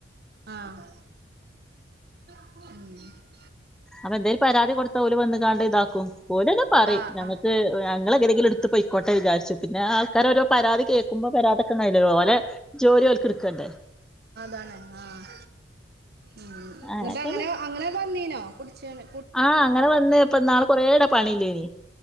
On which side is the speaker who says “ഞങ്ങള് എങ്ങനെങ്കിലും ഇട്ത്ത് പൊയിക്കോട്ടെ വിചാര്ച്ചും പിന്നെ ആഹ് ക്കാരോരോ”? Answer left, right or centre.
Centre